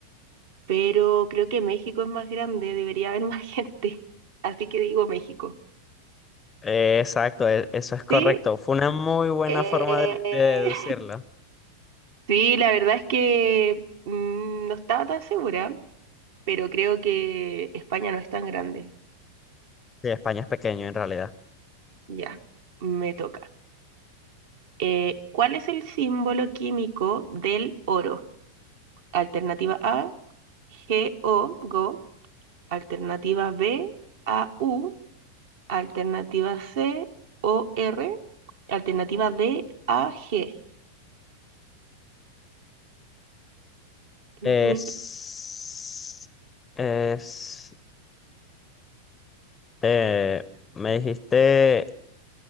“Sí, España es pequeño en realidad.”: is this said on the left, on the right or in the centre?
Left